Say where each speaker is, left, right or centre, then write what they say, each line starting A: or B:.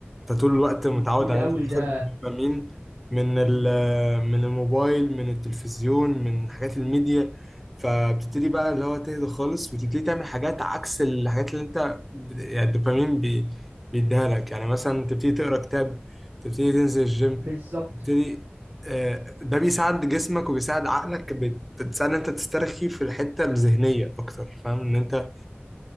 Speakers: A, in the centre; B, on the right.
A: انت طول الوقت
B: مم،
A: متعود
B: مفيد
A: على
B: قوي
A: ان انت تاخد
B: ده
A: دوبامين من ال-
B: مم،
A: من الموبايل من التلفزيون من حاجات الميديا فبتبتدي بقى اللي هو تهدى خالص وتبتدي تعمل حاجات عكس الحاجات اللي انت بت- يعني الدوبامين بي- بيديها لك يعني مثلا تبتدي تقرا كتاب تبتدي تنزل الجيم
B: بالظبط
A: تبتدي آه، ده بيساعد جسمك وبيساعد عقلك بت- بتساعد ان انت تسترخي في الحتة الذهنية اكتر فاهم ان انت